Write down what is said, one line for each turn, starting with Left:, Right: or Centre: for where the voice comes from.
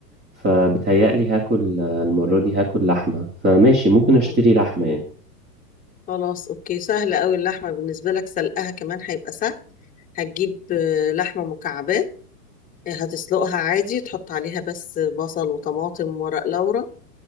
Right: فبتهيألي
Left: مم.
Right: هاكل المرة دي هاكل لحمة فماشي ممكن اشتري
Left: خل-
Right: لحمة يعني
Left: خلاص اوكي سهله قوي اللحمه بالنسبه لك سلقها كمان هيبقى سهل هتجيب آه، لحمه مكعبات آه، هتسلقها عادي تحط عليها بس بصل وطماطم وورق لورا